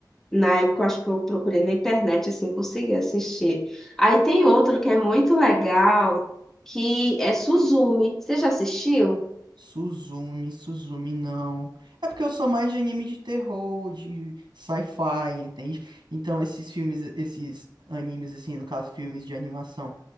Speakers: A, in the centre; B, on the right.
A: Na época, eu acho que eu procurei na internet, assim, consegui assistir. Aí tem outro que é muito legal, que é Suzumi. Você já assistiu?
B: Suzumi, Suzumi, não. É porque eu sou mais de anime de terror, de sci-fi, entende? Então esses filmes, esses animes, assim, no caso, filmes de animação